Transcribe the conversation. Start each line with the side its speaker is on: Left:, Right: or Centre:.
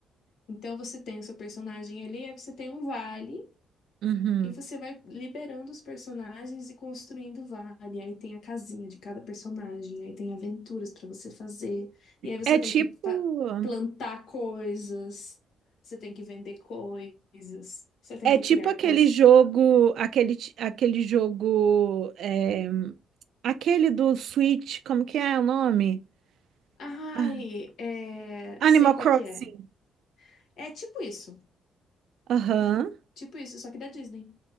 Left: Então você tem o seu personagem ali, aí você tem um vale.
Right: uhum.
Left: E você vai liberando os personagens e construindo vale. Aí tem a casinha de cada personagem, aí tem aventuras pra você fazer. E aí você
Right: É tipo,
Left: tem que fa- plantar coisas, você tem que vender coisas, você tem
Right: é
Left: que
Right: tipo
Left: criar
Right: aquele
Left: coisas.
Right: jogo, aquele, ti- aquele jogo, é, aquele do Switch, como que é o nome?
Left: Ai,
Right: Ah,
Left: é...
Right: Animal
Left: sei qual
Right: Crossing.
Left: que é. É tipo isso,
Right: Aham,
Left: tipo isso, só que da Disney.